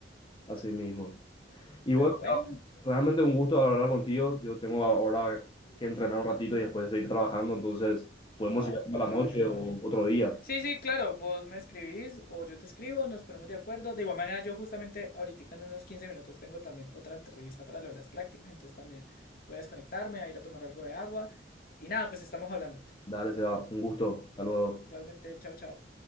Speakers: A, on the left; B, on the left.
A: así mismo. Y
B: Pero
A: bueno,
B: bueno,
A: realmente un gusto hablar contigo. Yo tengo ahora que entrenar un ratito y después seguir trabajando, entonces podemos
B: ah,
A: seguir hablando
B: ok,
A: a la
B: Ángela,
A: noche o
B: dale.
A: otro día.
B: Sí, sí, claro, vos me escribís o yo te escribo, nos ponemos de acuerdo. De igual manera, yo justamente ahorita en unos 15 minutos tengo también otra entrevista para lo de las prácticas, entonces también voy a desconectarme, a ir a tomar algo de agua. Y nada, pues estamos hablando.
A: Dale, Seba, un gusto. Hasta luego.
B: Igualmente, chao, chao.